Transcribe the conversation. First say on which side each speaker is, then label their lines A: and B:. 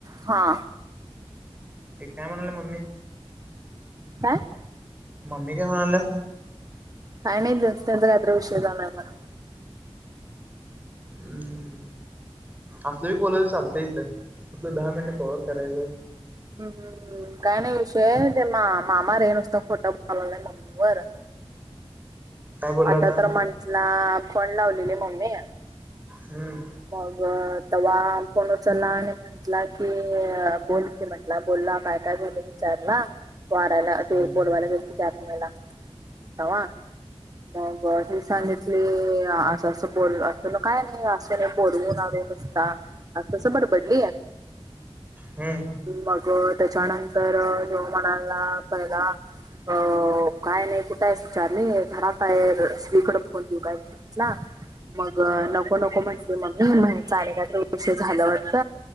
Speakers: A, on the right; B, on the right.
A: हा
B: ते काय म्हणाल्या मम्मी
A: काय
B: मम्मी काय म्हणाल्या
A: काय नाही जेंचा तेंचा विषय झालय जरा
B: हम्म असलं बी बोलाय चालतंय इथं आपलं दहा मिनटं कवर्ह करायचं
A: ह, ह, ह काय नाही विषय ते मा मामा र आहे नुसतं खोटं बोलालय मम्मी वर
B: काय बोलला
A: आता
B: होता?
A: तर म्हटला फोन लावलेली मम्मी
B: हम
A: मग तवा फोन उचलला आणि म्हटला की अ बोल की म्हंटला बोलला काय, काय झालं विचारला वारायला
B: हम्म
A: ते बोलवायला गेलतो त्याच वेळेला तवा मग ही सांगितली अ असं, असं बोल अस काय नाही बोलवून नुसता अस तसं बडबडली
B: ह
A: मग अ त्याच्यानंतर ह्यो म्हणाला पहिला अ काय नाही कुठायस आहे विचारली घरातय श्री फोन देऊ काय ला मग नको नको म्हण मम्मी म हेंचा आणि कायतर विषय झालं वाटत